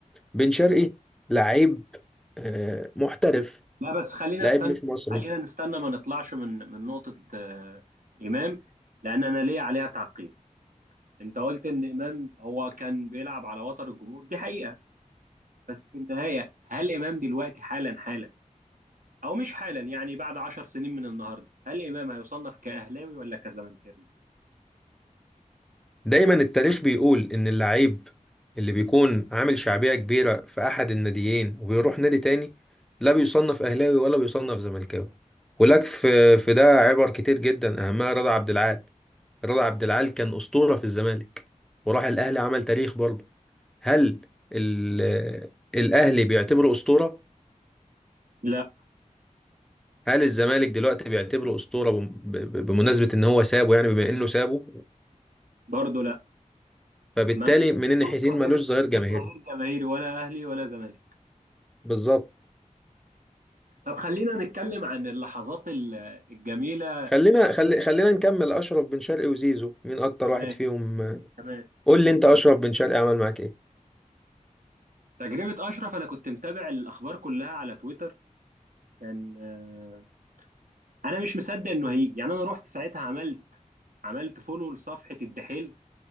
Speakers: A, in the centre; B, on the right.
A: بن شرقي لعيب آه، محترف
B: لا بس خلينا
A: لعيب
B: استنى
A: مش مصري
B: خلينا نستنى ما نطلعش من من نقطه آه، امام لان انا ليا عليها تعقيب انت قلت ان امام هو كان بيلعب على وتر الجمهور دي حقيقه بس في النهايه هل امام دلوقتي حالا حالا او مش حالا يعني بعد عشر سنين من النهارده هل امام هيصنف كاهلاوي ولا كزملكاوي؟
A: دايما التاريخ بيقول ان اللعيب اللي بيكون عامل شعبية كبيرة في احد الناديين وبيروح نادي تاني لا بيصنف اهلاوي ولا بيصنف زملكاوي ولك في في ده عبر كتير جدا اهمها رضا عبد العال رضا عبد العال كان اسطورة في الزمالك وراح الاهلي عمل تاريخ برضه هل ال- الاهلي بيعتبره اسطورة
B: لا
A: هل الزمالك دلوقتي بيعتبره اسطوره بم- ب- ب- بمناسبه ان هو سابه يعني بما انه سابه
B: برضو لا
A: فبالتالي
B: ما
A: من الناحيتين
B: ملوش ظهير
A: ملوش ظهير جماهيري
B: ملوش ظهير جماهيري ولا اهلي ولا زمالك
A: بالظبط
B: طب خلينا نتكلم عن اللحظات ال- الجميله
A: خلينا خلي خلينا نكمل اشرف بن شرقي وزيزو مين اكتر
B: كمان
A: واحد فيهم
B: كمان
A: قول لي انت اشرف بن شرقي عمل معاك ايه
B: تجربه اشرف انا كنت متابع الاخبار كلها على تويتر كان آه، انا مش مصدق انه هيجي يعني انا رحت ساعتها عملت عملت فولو لصفحه الدحيل